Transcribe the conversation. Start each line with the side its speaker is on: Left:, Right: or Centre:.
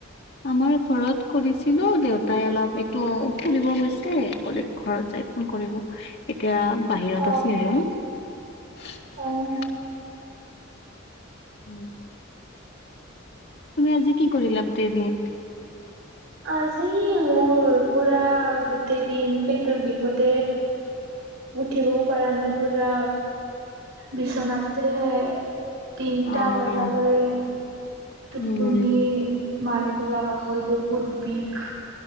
Left: আমাৰ ঘৰত কৰিছিলো দেউতাই অলপ এইটো উখুৰিব গৈছে। কলে ঘৰত যাই ফোন কৰিব এতিয়া বাহিৰত
Right: অ'
Left: আছে আৰু ন। <inaudible>
Right: অ',
Left: উম। তুমি আজি কি কৰিলা গোটেই দিন।
Right: আজি মোৰ পুৰা গোটেই দিন পেটৰ বিষতে। উঠিবও পৰা নাই পুৰা বিচনাতে। তিনটা
Left: অ'
Right: বজালৈ। টোপনি
Left: উম।
Right: মাৰিব লগা হ'ল বহুত বিষ।